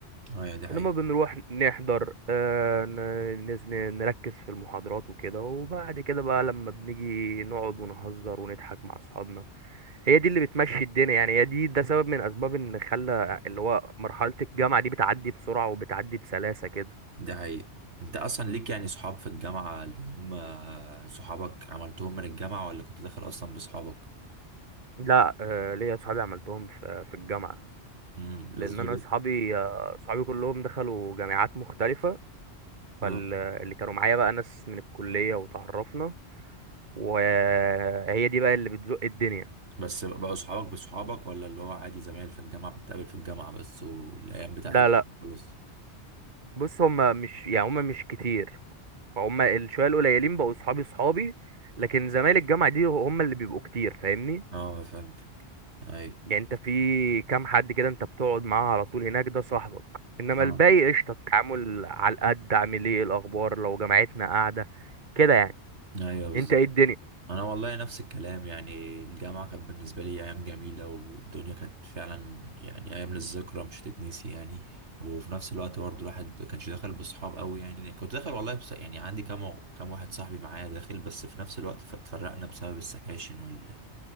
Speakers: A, on the right; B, on the right.
A: ايوه دي حقيقه
B: إنما بنروح نحضر آه ن- نز- ن- نركز في المحاضرات وكده وبعد كده بقى لما بنيجي نقعد ونهزر ونضحك مع أصحابنا هي دي اللي بتمشي الدنيا يعني هي دي ده سبب من اسباب ان خلى اللي هو مرحله الجامعه دي بتعدي بسرعه وبتعدي بسلاسه كده
A: دي حقيقه انت اصلا ليك يعني صحاب في الجامعه اللي هم صحابك عملتهم من الجامعه ولا كنت داخل اصلا بصحابك
B: لا آه ليا اصحابي عملتهم في في الجامعه
A: امم
B: لان
A: بس
B: انا
A: دول
B: اصحابي آه، اصحابي كلهم دخلوا جامعات مختلفه
A: اه
B: فاللي كانوا معايا بقى ناس من الكليه وتعرفنا وهي دي بقى اللي بتزق الدنيا
A: بس بقوا صحابك بصحابك ولا اللي هو عادي زمايل في الجامعه بنتقابل في الجامعه بس والايام بتاعه
B: لا
A: الجامعه
B: لا
A: خلاص
B: بص هم مش يعني هم مش كتير فهم الشويه القليلين بقوا اصحابي اصحابي لكن زمايل الجامعه دي هم اللي بيبقوا كتير فاهمني
A: اه فهمتك اي
B: يعني انت في كام حد كده انت بتقعد معاه على طول هناك ده صاحبك انما
A: اه
B: الباقي قشطه التعامل على القد عامل ايه الاخبار لو جامعتنا قاعده كده يعني
A: ايوه بالظبط
B: انت ايه الدنيا
A: انا والله نفس الكلام يعني الجامعه كانت بالنسبه لي ايام جميله والدنيا كانت فعلا يعني ايام للذكرى مش تتنسي يعني وفي نفس الوقت برضه الواحد ما كانش داخل بصحاب قوي يعني كنت داخل والله بس يعني عندي كام كام واحد صاحبي معايا داخل بس في نفس الوقت ف- اتفرقنا بسبب السكاشن وال...